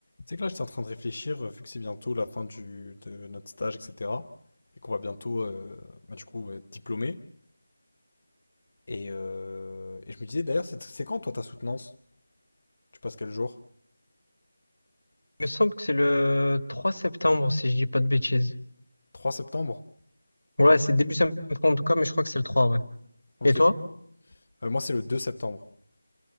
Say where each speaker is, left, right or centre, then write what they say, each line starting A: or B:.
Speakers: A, on the left; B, on the left.
A: C'est que là, j'étais en train de réfléchir, euh, vu que c'est bientôt la fin du, de notre stage, etc. Et qu'on va bientôt, euh, bah, du coup, être diplômé. Et, euh, et je me disais, d'ailleurs, c'est c'est quand, toi, ta soutenance? Tu passes quel jour?
B: Il me semble que c'est le 3 septembre, si je dis pas de bêtises.
A: trois septembre?
B: Ouais, c'est début septembre en tout cas, mais je crois que c'est le trois ouais.
A: Ok.
B: Et toi?
A: Euh, moi, c'est le deux septembre.